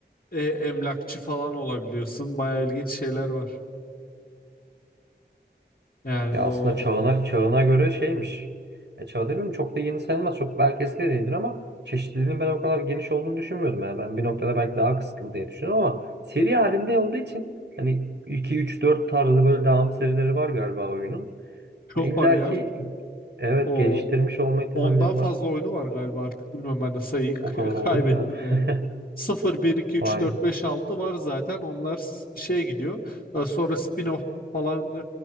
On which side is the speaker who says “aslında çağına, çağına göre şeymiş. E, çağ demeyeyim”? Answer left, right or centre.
Right